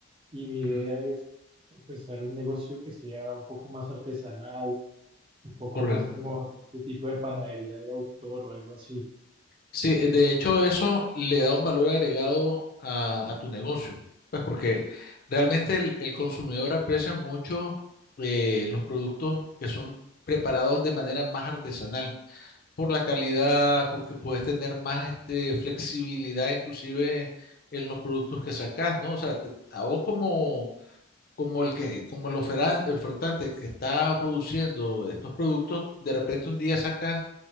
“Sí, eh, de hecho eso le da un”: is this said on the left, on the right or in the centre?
Left